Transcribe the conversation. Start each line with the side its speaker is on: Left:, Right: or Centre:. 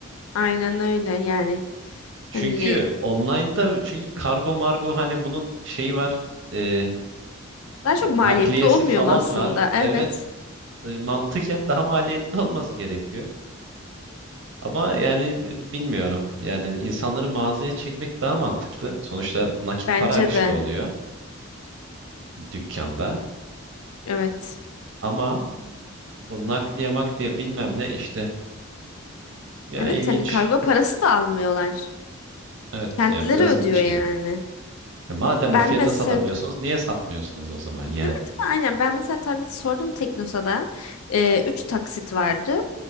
Left: Aynen öyle yani.
Right: Çünkü
Left: Hani
Right: online'da çünkü kargo margo hani bunun şeyi var. e,
Left: daha çok
Right: nakliyesi
Left: maliyetli olmuyor
Right: falan
Left: mu aslında?
Right: var.
Left: Evet.
Right: Evet e, mantıken daha maliyetli olması gerekiyor. Ama yani b- bilmiyorum. Yani insanları mağazaya çekmek daha mantıklı. Sonuçta nakit
Left: Bence
Right: para akışı
Left: de.
Right: da oluyor dükkanda.
Left: Evet.
Right: Ama o nakliye makliye bilmem ne işte. Yani
Left: Evet
Right: ilginç.
Left: yani kargo parası da almıyorlar.
Right: Evet
Left: Kendileri
Right: ya biraz
Left: ödüyor
Right: ilginç
Left: yani.
Right: geliyor. Ha, Madem
Left: Ben
Right: o fiyata
Left: mesela
Right: satabiliyorsunuz niye satmıyorsunuz o zaman yani?
Left: Değil mi, değil mi? Aynen. Ben mesela tarlacı sordum Teknosa'da. Ee, üç taksit vardı.